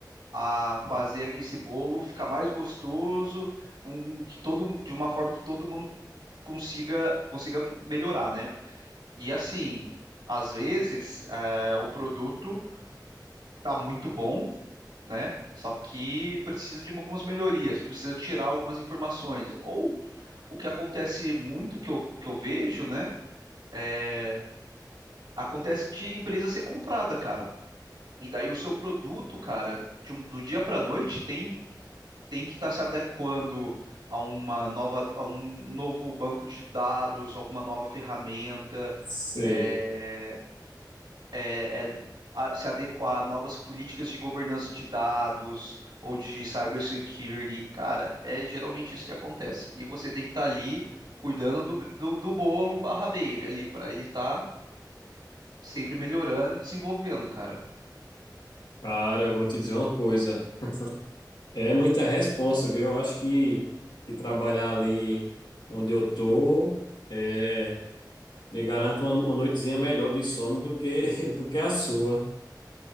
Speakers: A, on the right; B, on the left.
A: a fazer esse bolo ficar mais gostoso, um, que todo, de uma forma que todo mundo consiga consiga melhorar, né? E assim, às vezes eh, o produto tá muito bom, né? Só que precisa de algumas melhorias, precisa tirar algumas informações. Ou o que acontece muito que eu, que eu vejo, né? É, acontece de empresa ser comprada, cara. E daí o seu produto, cara, de um- do dia para noite tem tem que estar se adequando a uma nova, a um novo banco de dados, alguma nova ferramenta,
B: Sei.
A: é, é- é a- se adequar a novas políticas de governança de dados ou de cybersecurity. Cara, é geralmente isso que acontece. E você tem que estar ali cuidando do, do, do bolo barra baby ali, para ele estar sempre melhorando e desenvolvendo, cara.
B: Cara, eu vou te dizer uma coisa. É muita responsa, viu? Eu acho que, que trabalhar ali onde eu tô é, me garante uma, uma noitezinha melhor de sono do que, <laughs> do que a sua.